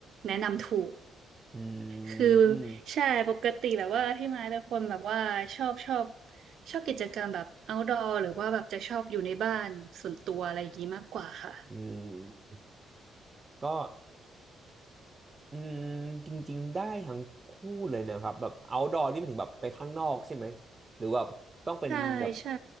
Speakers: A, on the right; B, on the right.
A: แนะนำถูก
B: อื
A: คือ
B: ม
A: ใช่ปกติแบบว่าพี่ไม้เป็นคนแบบว่าชอบชอบชอบกิจกรรมแบบ outdoor หรือว่าแบบจะชอบอยู่ในบ้านส่วนตัวอะไรอย่างงี้มากกว่าค่ะ
B: อืมก็ อืมจริงๆได้ทั้งคู่เลยนะครับแบบ outdoor นี่หมายถึงแบบไปข้างนอกใช่ไหมหรือว่าต้องเป็นแบบ
A: ใช่ใช่